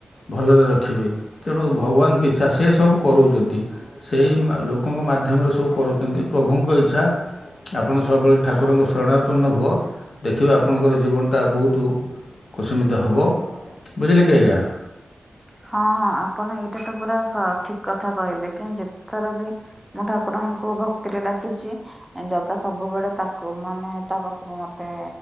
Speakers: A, on the left; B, in the centre.
A: ଭଲରେ ରଖିବେ ତେଣୁ ଭଗବାନ ଇଚ୍ଛା ସେ ସବୁ କରଉଛନ୍ତି। ସେଇ ଲୋକଙ୍କ ମାଧ୍ୟମରେ ସବୁ କରୁଛନ୍ତି ପ୍ରଭୁଙ୍କ ଇଚ୍ଛା ଆପଣ ସବୁବେଳେ ଠାକୁରଙ୍କ ଶରଣାତ୍ପନ୍ନ ହୁଅ ଦେଖିବେ ଆ ଆପଣଙ୍କର ଜୀବନଟା ବହୁତ କୁସମିତ ହେବ ବୁଝିଲେ କି ଆଜ୍ଞା।
B: ହଁ ହଁ ଆପଣ ଏଇଟା ତ ପୁରା ସ ଠିକ କଥା କହିଲେ କି ଯେତଥର ବି ମୁଁ ଠାକୁରଙ୍କୁ ଭକ୍ତିରେ ଡାକିଛି ଜାଗା ସବୁବେଳେ ତାକୁ ମାନେ ତା ପାଖକୁ ମତେ